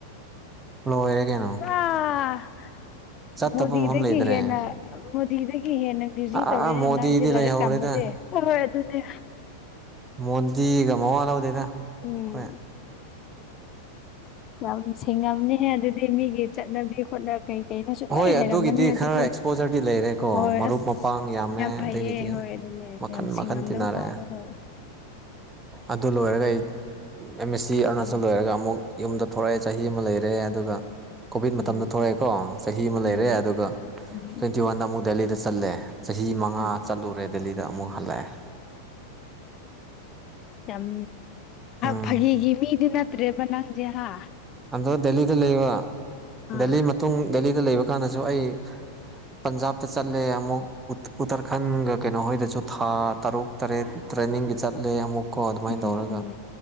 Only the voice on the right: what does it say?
ꯂꯣꯏꯔꯦ ꯀꯩꯅꯣ
ꯆꯠꯇꯕ
ꯃꯐꯝ ꯂꯩꯇ꯭ꯔꯦ
ꯑꯥ
ꯃꯣꯗꯤꯗꯤ
ꯂꯩꯍꯧꯔꯦꯗ
ꯃꯣꯟꯗꯤꯒ ꯃꯋꯥ ꯂꯧꯗꯦꯗ
ꯍꯣꯏ
ꯍꯣꯏ
ꯑꯗꯨꯒꯤꯗꯤ
ꯈꯔ ꯑꯦꯛꯁꯄꯣꯖꯔꯗꯤ ꯂꯩꯔꯦꯀꯣ
ꯃꯔꯨꯞ
ꯃꯄꯥꯡ ꯌꯥꯝꯃꯦ
ꯑꯗꯒꯤꯗꯤ
ꯃꯈꯟ
ꯃꯈꯟ ꯇꯤꯟꯅꯔꯛꯑꯦ
ꯑꯗꯨ ꯂꯣꯏꯔꯒ ꯑꯩ ꯑꯦꯝ ꯑꯦꯁ ꯁꯤ ꯑꯔꯨꯅꯥꯆꯜ
ꯂꯣꯏꯔꯒ ꯑꯃꯨꯛ ꯌꯨꯝꯗ ꯊꯣꯛꯂꯛꯑꯦ ꯆꯍꯤ ꯑꯃ ꯂꯩꯔꯦ ꯑꯗꯨꯒ ꯀꯣꯚꯤꯠ
ꯃꯇꯝꯗ ꯊꯣꯛꯂꯛꯑꯦꯀꯣ ꯤ ꯑꯃ
ꯂꯩꯔꯦ ꯑꯗꯨꯒ
ꯇ꯭ꯋꯦꯟꯇꯤ ꯋꯥꯟꯗ ꯑꯃꯨꯛ ꯗꯦꯂꯤꯗ ꯆꯠꯂꯦ ꯆꯍꯤ ꯃꯉꯥ
ꯆꯠꯂꯨꯔꯦ ꯗꯦꯂꯤꯗ ꯑꯃꯨꯛ ꯍꯜꯂꯛꯑꯦ
ꯎꯝ
ꯑꯗ꯭ꯔ ꯗꯦꯜꯂꯤꯗ ꯂꯩꯕ
ꯗꯦꯜꯂꯤ ꯃꯇꯨꯡ ꯗꯦꯜꯂꯤꯗ ꯂꯩꯕ ꯀꯥꯟꯗꯁꯨ ꯑꯩ ꯄꯟꯖꯥꯕꯇ ꯆꯠꯂꯦ ꯑꯃꯨꯛ ꯎꯇꯔꯈꯟꯒ ꯀꯩꯅꯣꯍꯣꯏꯗꯁꯨ ꯊꯥ ꯇꯔꯨꯛ ꯇꯔꯦꯠ ꯇ꯭ꯔꯦꯅꯤꯡꯒꯤ ꯆꯠꯂꯦ ꯑꯃꯨꯛ ꯀꯣ ꯑꯗꯨꯃꯥꯏꯅ
ꯇꯧꯔꯒ